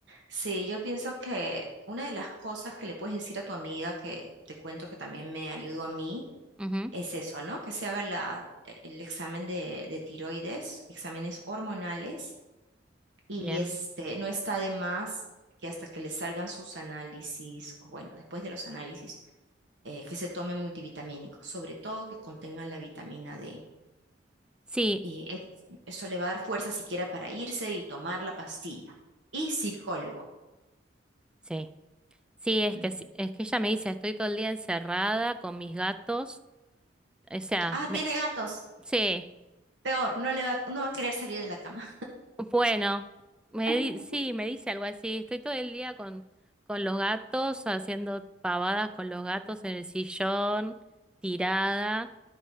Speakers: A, on the right; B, in the centre.
A: Sí, yo pienso que una de las cosas que le puedes decir a tu amiga, que te cuento que también me ayudó a mí,
B: Ujú,
A: es eso, ¿no? Que se haga la, e, el examen de, de tiroides, exámenes hormonales, y
B: Bien.
A: este, no está de más que hasta que le salgan sus análisis, o bueno, después de los análisis, eh, que se tome multivitamínicos, sobre todo que contengan la vitamina D.
B: Sí,
A: Y es- eso le va a dar fuerza siquiera para irse y tomar la pastilla. Y psicólogo.
B: sí. Sí, es
A: Ujú.
B: que sí- es que ella me dice, estoy todo el día encerrada con mis gatos. O sea,
A: Ah,
B: me-
A: tiene gatos.
B: sí,
A: Peor, no le va, no va a querer salir de la cama.
B: bueno, me
A: <laughs>
B: di- sí, me dice algo así, estoy todo el día con, con los gatos, haciendo pavadas con los gatos en el sillón, tirada.